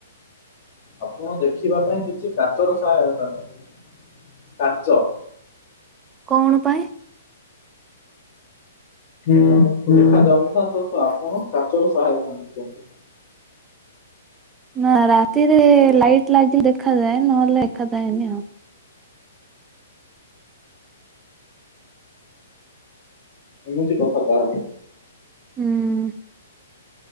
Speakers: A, on the left (about 40°); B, on the right (about 15°).
A: ଆପଣ ଦେଖିବା ପାଇଁ କିଛି କାଚର ସହାୟତା ନୋଉଚନ୍। କାଚ।
B: କଣ ପାଇଁ?
A: ଆପଣ ଦେଖା ଯାଉନି ନା ତ ଆପଣ କଚର ସହାୟତା ନେଉଛନ୍ତି।
B: ନା ରାତିରେ ଲାଇଟ ଲାଗିଲ ଦେଖାାଯାଏ ନହେଲେ ଦେଖାଯାଏନି।
A: ଏମତି କଥା ତାହେଲେ।
B: ହୁଁ।